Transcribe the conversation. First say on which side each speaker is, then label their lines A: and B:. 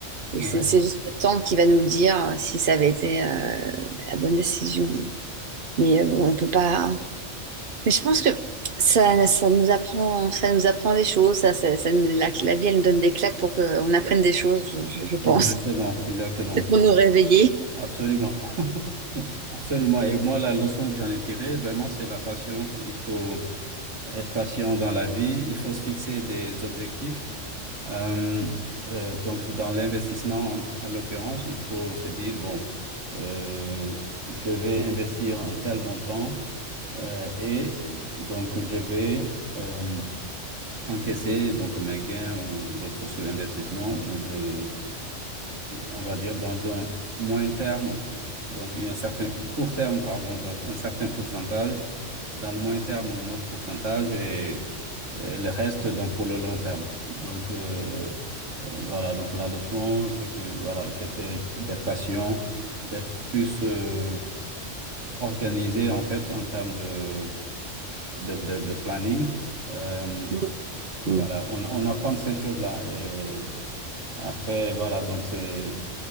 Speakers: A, on the right; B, on the right.
A: Ouais.
B: Et c'est c'est juste le temps qui va nous le dire euh, si ça avait été euh, bah, la bonne décision. Mais euh, bon, on peut pas. hein. Mais je pense que ça, ça nous apprend, ça nous apprend des choses. Ça, ça- ça nous- la, la vie, elle nous donne des claques pour qu'on apprenne des choses, je, je- je pense.
A: Exactement,
B: <laughs>
A: exactement.
B: C'est pour nous réveiller.
A: Absolument. <laughs> Absolument. Et moi, la leçon que j'en ai tirée, vraiment, c'est la patience. Il faut être patient dans la vie. Il faut se fixer des objectifs. Euh, euh, donc, dans l'investissement, en, en l'occurrence, il faut se dire, bon, euh, je vais investir un tel montant. Euh, et donc, je vais euh, encaisser donc mes gains ou retour sur l'investissement au bout de, on va dire, dans un moyen terme, donc un certain court terme, pardon, dans un certain pourcentage, dans le moyen terme, un autre pourcentage et, et le reste, donc, pour le long terme. Donc, euh, euh, voilà, donc la leçon, c'est que, voilà, j'essaie d'être patient, d'être plus euh, organisé, en fait, en termes de de, de- de planning. Euh,
B: Mm.
A: voilà,
B: Mm.
A: on, on apprend de ces choses-là. Et après, voilà, donc c'est.